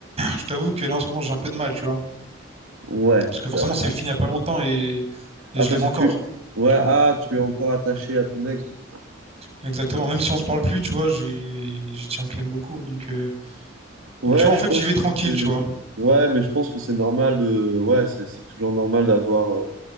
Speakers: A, on the right; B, on the right.
A: Je t'avoue que là, en ce moment, j'ai un peu de mal, tu vois.
B: Ouais,
A: Parce
B: ça.
A: que forcément, c'est fini il y a pas longtemps et, et
B: Ah,
A: je
B: parce
A: l'aime encore,
B: que tu. Ouais,
A: tu
B: ah,
A: vois.
B: tu es encore attaché à ton ex, du coup.
A: Exactement. Même si on se parle plus, tu vois, j'ai, j'y tiens quand même beaucoup. Donc, euh,
B: Ouais,
A: donc, tu vois,
B: je
A: en fait,
B: pense
A: j'y vais
B: que
A: tranquille,
B: c'est.
A: tu vois.
B: Ouais, mais je pense que c'est normal de. Ouais, c'est c'est toujours normal d'avoir. euh,